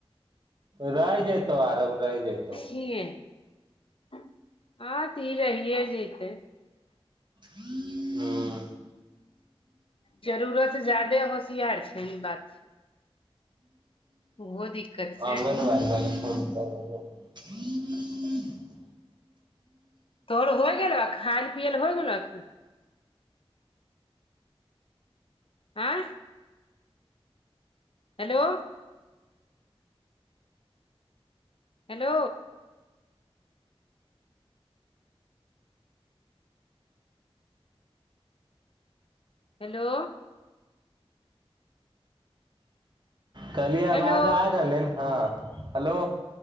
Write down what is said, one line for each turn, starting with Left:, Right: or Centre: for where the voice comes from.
Right: रैइजेतौ आराम रहैजइतौ
Left: किया हँ तऽ ई रहिए जेतै
Right: हुँ
Left: जरूरत जादे होशियार छै ई बात छै ओहो दिक्कत छै
Right: आगन बारी वाली फोन कै रहल <unintelligible>
Left: तोर होइ गेलौ खायइ ल पियए ल होइ गेलऽ की आँय हेलो हेलो हेलो
Right: कहलियै
Left: हेलो
Right: आवाज आ रहलै हँ हेलो